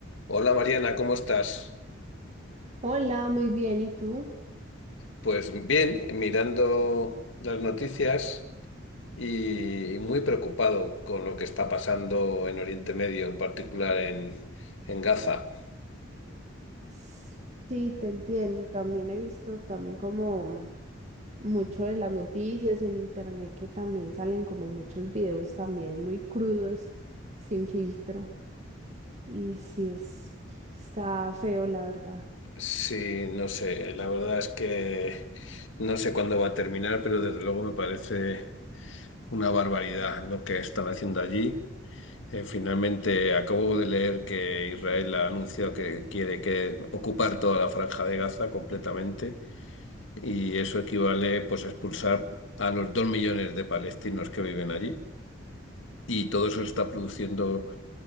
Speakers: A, on the left; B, on the right.
A: Hola Mariana, ¿cómo estás?
B: Hola, muy bien, ¿y tú?
A: Pues bien, mirando las noticias y muy preocupado con lo que está pasando en Oriente Medio, en particular en, en Gaza.
B: S- Sí, te entiendo. También he visto también como mm, mucho de las noticias y en internet que también salen como muchos videos también muy crudos, sin filtro. Y sí es, está feo, la verdad.
A: Sí, no sé, la verdad es que no sé cuándo va a terminar, pero desde luego me parece una barbaridad lo que están haciendo allí. Eh, finalmente acabo de leer que Israel ha anunciado que quiere que ocupar toda la franja de Gaza completamente. y eso equivale pues a expulsar a los dos millones de palestinos que viven allí. Y todo eso se está produciendo